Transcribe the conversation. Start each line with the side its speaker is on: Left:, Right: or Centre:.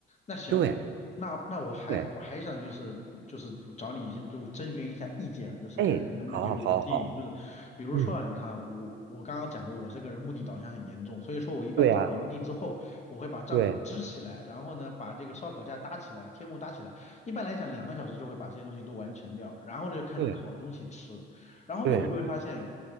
Left: 那行，
Right: 对
Left: 那那我还我还想就是就是找你一些就征询一下意见，
Right: 对，
Left: 就是看你能不能给我一些建议。
Right: 哎，好，好，好，
Left: 就是比如说啊，
Right: 嗯，
Left: 你看我我刚刚讲过，我这个人目的导向很严重，所以说我一般到了营地之后，
Right: 对啊，
Left: 我会把帐篷支起来，
Right: 对
Left: 然后呢把这个烧烤架搭起来，天幕搭起来。一般来讲，两个小时就会把这些东西都完成掉，然后呢就开始烤东西吃，
Right: 对
Left: 然后呢我就会发现
Right: 对，